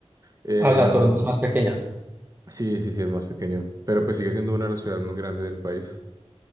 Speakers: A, on the right (about 35°); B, on the right (about 20°).
A: Eh,
B: Ah, o sea, Toronto
A: mm,
B: es más pequeña.
A: sí, sí, sí, es más pequeño, pero pues sigue siendo una de las ciudades más grandes del país.